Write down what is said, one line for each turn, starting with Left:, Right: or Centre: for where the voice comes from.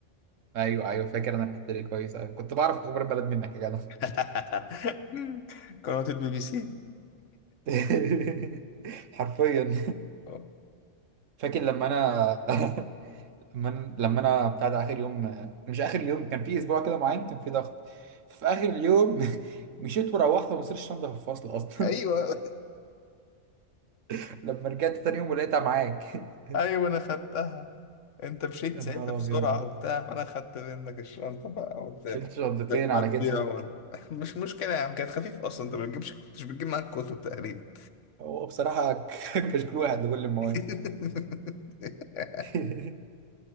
Right: ايوه ايوه فاكر انا الحتة دي كويس أوي. كنت بعرف اخبار البلد منك يا جدع
Left: <laughs> قنوات البي بي سي
Right: <laughs> حرفيا
Left: <laughs>
Right: فاكر لما انا <laughs> لما انا لما انا بتاع ده اخر يوم آه، مش اخر يوم كان في اسبوع كده معين كان في ضغط في اخر اليوم <laughs> مشيت وروحت وما وصلت الشنطه في الفصل اصلا
Left: ايوه
Right: <laughs> لما رجعت تاني يوم ولقيتها معاك <laughs>
Left: ايوه انا خدتها انت مشيت
Right: يا
Left: ساعتها
Right: نهار
Left: بسرعه
Right: ابيض
Left: وبتاع فانا خدت منك الشنطه بقى وبتاع
Right: شلت شنطتين
Left: <laughs> كانت
Right: على
Left: هتضيع
Right: كتفك
Left: ولا- <laughs> مش مشكله يا عم كانت خفيف اصلا انت ما بتجيبش كنتش بتجيب معاك كتب تقريبا
Right: هو بصراحة ك- <laughs> كشكول واحد لكل المواد
Left: <laughs>
Right: <laughs>